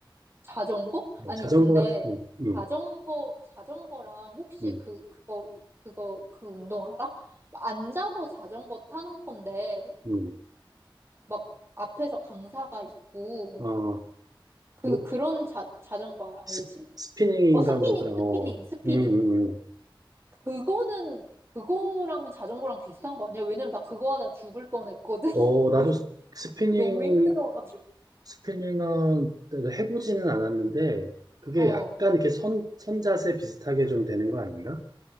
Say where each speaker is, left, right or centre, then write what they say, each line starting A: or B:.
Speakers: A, on the right; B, on the right.
A: 자전거?
B: 어,
A: 아니,
B: 자전거
A: 근데
B: 같은, 음,
A: 자전거, 자전거랑 혹시
B: 음,
A: 그, 그거, 이- 그거, 그 운동 알아? 앉아서 자전거 타는 건데,
B: 음,
A: 막 앞에서 강사가 있고,
B: 음. 아,
A: 그,
B: 뭐,
A: 그런 자, 자전거 알-
B: 스,
A: 알지?
B: 스피닝인가
A: 어, 스피닝,
B: 뭐 그런, 어,
A: 스피닝, 스피닝.
B: 음, 음, 음.
A: 그거는, 그거랑 자전거랑 비슷한 거 아니야? 왜냐면 나 그거 하다 죽을 뻔했거든. <laughs>
B: 어, 나도
A: 너무,
B: 스- 스피닝,
A: 너무 힘들어가지고.
B: 스피닝은 해보지는 않았는데 그게
A: 어.
B: 약간 이렇게 선, 선자세 비슷하게 좀 되는 거 아닌가?